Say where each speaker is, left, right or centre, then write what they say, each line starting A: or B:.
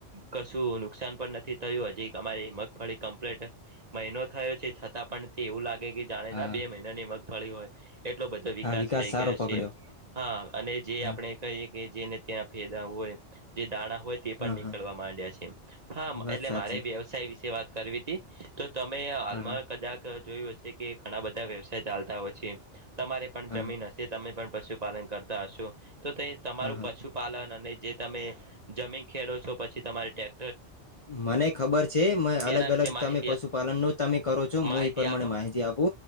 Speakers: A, on the right (about 35°); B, on the left (about 30°).
A: કશું નુકસાન પણ નથી થયું હજી અમારી મગફળી કમ્પ્લેટ મૈનો થયો છે છતાં પણ તે, એવું લાગે કે જાણે
B: હા
A: ના બે મૈના ની મગફળી હોય એટલો બધો વિકાસ
B: હા
A: થઈ
B: સારો
A: ગયો
B: પકડ્યો
A: છે એમ હા અને જે
B: હા
A: આપણે કૈયે કે જેને ત્યાં ફેદા હોય, જે દાણા હોય તે પણ
B: હા
A: નીકળવા
B: હા
A: માંડ્યા છે, હા
B: વાત
A: એટલે
B: સાચી
A: મારે વ્યવસાય વિશે વાત કરવી તી તો તમે હાલમાં
B: હા હા
A: કદાક જોયું હશે કે ઘણા બધા વ્યવસાય ચાલતા હોય છે એમ તમારે પણ
B: હા
A: જમીન અશે, તમે પણ પશુપાલન કરતા અશો તો તે તમારું
B: હા હા
A: પશુ પાલન અને જે તમે જમીન ખેડો છો પછી તમારે ટેક
B: મને ખબર છે મે
A: તેના
B: અલગ
A: વિશે
B: અલગ
A: માહિતી
B: તમે પશુપાલન નું તમે કરો છો
A: માહિતી
B: મુું પર માણે
A: આપો
B: માહિતી આપો,